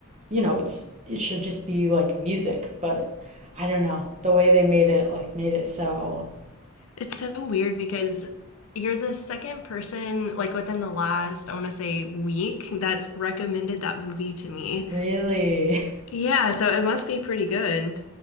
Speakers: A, on the right; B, on the left.
A: you know, it's it should just be like music, but I don't know. The way they made it like made it so
B: It's so weird because you're the second person, like within the last, I want to say, week that's recommended that movie to me.
A: really
B: Yeah, so it must be pretty good.